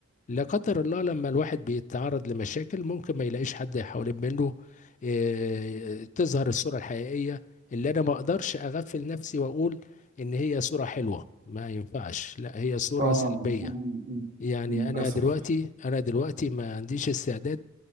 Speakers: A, on the left (about 35°); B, on the right (about 35°).
A: لا قدر الله لما الواحد بيتعرض لمشاكل ممكن ما يلاقيش حد حوالين منه آه، تظهر الصورة الحقيقية اللي أنا ما أقدرش أغفل نفسي وأقول إن هي صورة حلوة ما ينفعش لا هي صورة
B: اه
A: سلبية
B: م- م- م-
A: يعني
B: للأسف
A: أنا دلوقتي أنا دلوقتي ما عنديش استعداد